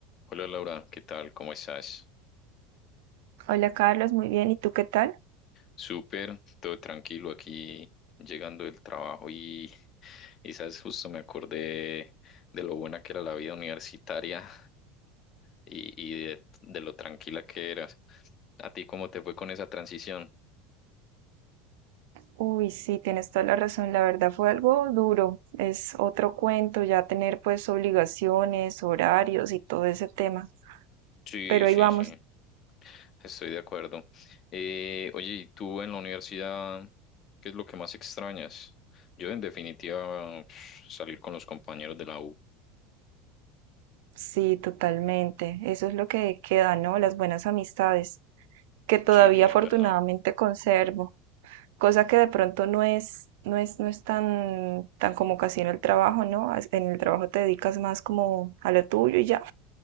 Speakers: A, on the left; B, on the right.
A: Hola Laura, ¿qué tal? ¿Cómo estás?
B: Hola Carlos, muy bien. ¿Y tú qué tal?
A: Súper, todo tranquilo aquí llegando del trabajo y, y sabes, justo me acordé de lo buena que era la vida universitaria y, y de, de lo tranquila que eras. ¿A ti cómo te fue con esa transición?
B: Uy, sí, tienes toda la razón. La verdad fue algo duro. Es otro cuento ya tener pues obligaciones, horarios y todo ese tema.
A: Sí,
B: Pero
A: sí,
B: ahí vamos.
A: sí, estoy de acuerdo. Eh, oye, ¿y tú en la universidad qué es lo que más extrañas? Yo en definitiva <sniffs> salir con los compañeros de la U.
B: Sí, totalmente. Eso es lo que queda, ¿no? Las buenas amistades, que todavía
A: Sí,
B: afortunadamente
A: es verdad.
B: conservo, cosa que de pronto no es, no es, no es tan, tan como casi en el trabajo, ¿no? As- En el trabajo te dedicas más como a lo tuyo y ya.